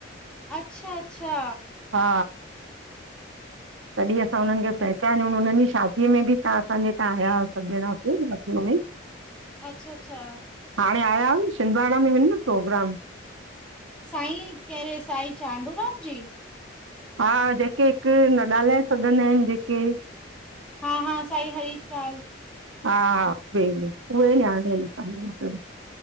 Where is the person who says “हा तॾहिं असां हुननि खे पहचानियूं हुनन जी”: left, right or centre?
Right